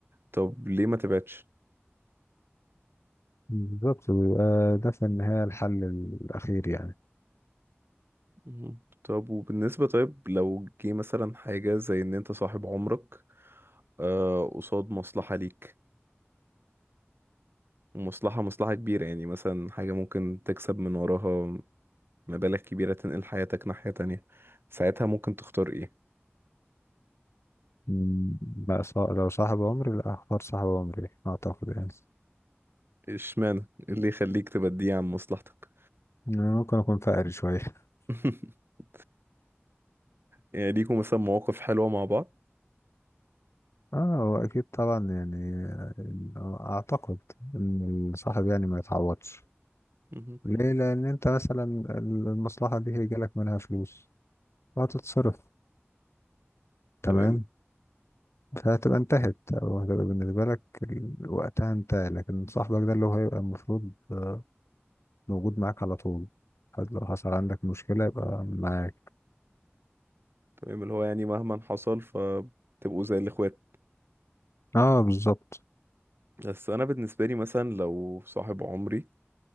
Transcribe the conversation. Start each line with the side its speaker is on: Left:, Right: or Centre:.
Right: طب ليه ما تبعدش
Left: بالظبط ويبقى ده في النهاية الحل الأخير يعني
Right: مم. طب وبالنسبة طيب لو جه مثلا حاجة زي ان انت صاحب عمرك آه، قصاد مصلحة ليك ومصلحة مصلحة كبيرة يعني مثلا حاجة ممكن تكسب من وراها مبالغ كبيرة تنقل حياتك ناحية تانية ساعتها ممكن تختار ايه
Left: م- بقى صا- لو صاحب عمري لا أختار صاحب عمري أعتقد يعني
Right: اشمعنى إيه اللي يخليك تبديه عن مصلحتك
Left: أنا ممكن أكون فقري شوية <laughs>
Right: <laughs> يعني ليكوا مثلا مواقف حلوة مع بعض
Left: اه هو أكيد طبعا يعني آه، أعتقد إن الصاحب يعني ما يتعوضش
Right: مهم.
Left: ليه لأن أنت مثلا المصلحة دي هيجيلك منها فلوس وهتتصرف تمام
Right: تمام
Left: فهتبقى انتهت او هتبقى بالنسبة لك ال- وقتها انتهى لكن صاحبك ده اللي هو هيبقى المفروض آه، موجود معاك على طول حتى لو حصل عندك مشكلة يبقى معاك
Right: تمام اللي هو يعني مهما حصل فتبقوا زي الاخوات
Left: اه بالظبط
Right: بس انا بالنسبة لي مثلا لو صاحب عمري